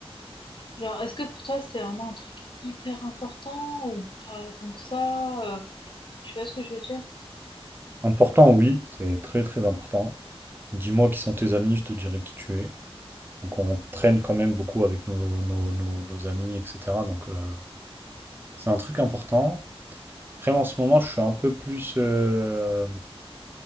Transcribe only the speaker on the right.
Important, oui, c'est très très important. Dis-moi qui sont tes amis, je te dirai qui tu es. Donc on traîne quand même beaucoup avec nos, nos, nos- nos amis, etc. Donc euh, c'est un truc important. Après, en ce moment, je suis un peu plus euh,